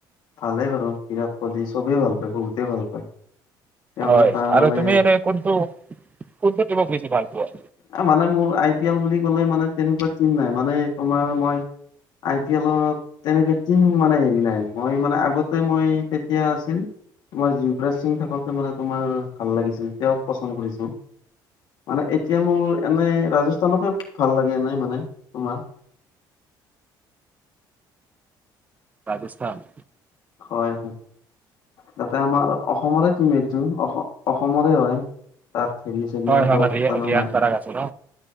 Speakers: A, on the left; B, on the right.
A: ভালেই বাৰু বিৰাট কোহলি চবেই ভাল পায়, বহুতে ভাল পায়। তেওঁ
B: হয়
A: এটা
B: আৰু
A: মানে
B: তুমি এনেই কোনটো কোনটো টিমক বেছি ভাল পোৱা?
A: এ মানে মোৰ আই পি এল বুলি কলে মানে তেনেকুৱা টিম নাই মানে তোমাৰ মই আই পি এলক। তেনেকে টিম মানে হেৰি নাই মই মানে আগতে মই তেতিয়া আছিল। তোমাৰ যুৱৰাজ সিং থাকোতে মানে তোমাৰ ভাল লাগিছিল তেওঁক পচন্দ কৰিছিলো। মানে এতিয়া মোৰ এনে ৰাজস্থানকে ভাল লাগে এনেই মানে তোমাৰ।
B: ৰাজস্থান।
A: হয়, তাতে আমাৰ অসমৰে টিম এইটো অসমৰে হয়। তাৰ হেৰি, ৰিয়ান
B: হয় হয়
A: পৰাগ
B: ৰি
A: জানো
B: ৰিয়ান
A: নাই?
B: পৰাগ আছে ন